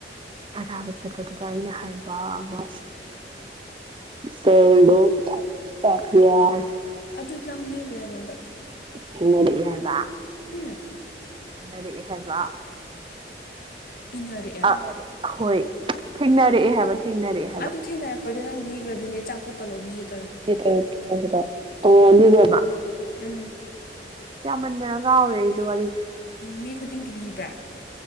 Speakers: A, on the right (about 30°); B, on the left (about 55°).
A: ꯄꯥ ꯊꯥꯕ ꯆꯠꯄꯗꯨꯗ ꯑꯩꯅ ꯍꯥꯏꯕ ꯑꯃ ꯁꯦꯜꯂꯣ <unintelligible> ꯄꯤꯌꯥꯁ
B: ꯑꯗꯨꯗ ꯂꯪ ꯂꯤꯈ꯭ꯔꯦ ꯑꯩꯉꯣꯟꯗ
A: ꯍꯟꯅꯔ ꯍꯥꯏꯕ
B: ꯎꯝ
A: <unintelligible> ꯔꯛꯑꯦ ꯍꯥꯏꯕ
B: ꯏꯅꯔꯛꯑꯦ
A: ꯑꯦ ꯍꯣꯏ ꯊꯦꯡꯅꯔꯛꯑꯦ ꯍꯥꯏꯕ ꯊꯦꯡꯅꯔꯛꯑꯦ
B: ꯑꯗꯨ ꯊꯦꯡꯅꯔꯛꯄꯩꯗꯣ ꯅꯪ ꯈ꯭ꯔꯗꯨꯗꯤ ꯆꯆꯥꯄꯣꯛ ꯀꯗꯧꯕꯩ <unintelligible>
A: ꯌꯦꯠꯇꯁꯨꯗ ꯑꯣ ꯅꯉꯦꯕ
B: ꯎꯝ
A: ꯁꯤ ꯌꯥꯝꯃꯟꯗꯅ ꯀꯥꯎꯔꯦ ꯑꯩꯁꯦ ꯋꯥꯔꯤꯁꯦ
B: ꯃꯤ ꯈꯨꯗꯤꯡꯒꯤ ꯂꯤꯕ꯭ꯔꯥ